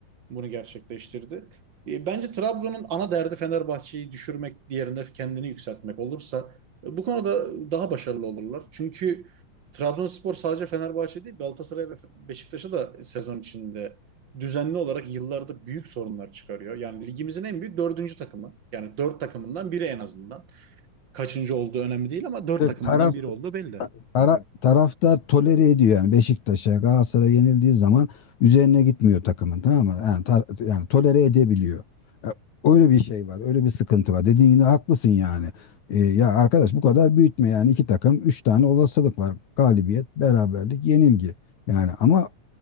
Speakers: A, on the right; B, on the left.
A: bunu gerçekleştirdi. E, Bence Trabzon'un ana derdi Fenerbahçe'yi düşürmek, diğerinde kendini yükseltmek olursa e, bu konuda daha başarılı olurlar. Çünkü Trabzonspor sadece Fenerbahçe değil, Galatasaray ve Beşiktaş'a da sezon içinde düzenli olarak yıllarda büyük sorunlar çıkarıyor. Yani ligimizin en büyük dördüncü takımı. Yani dört takımından biri en azından. Kaçıncı olduğu önemli değil ama dört
B: Ve
A: takımından
B: taraf
A: biri olduğu belli.
B: Tara, taraftar tolere ediyor yani Beşiktaş'a Galatasaray'a yenildiği zaman üzerine gitmiyor takımın tamam mı? Yani, tar- yani tolere edebiliyor. E, Öyle bir şey var, öyle bir sıkıntı var. Dediğin yine haklısın yani. E, ya arkadaş bu kadar büyütme yani iki takım üç tane olasılık var. Galibiyet, beraberlik, yenilgi. Yani ama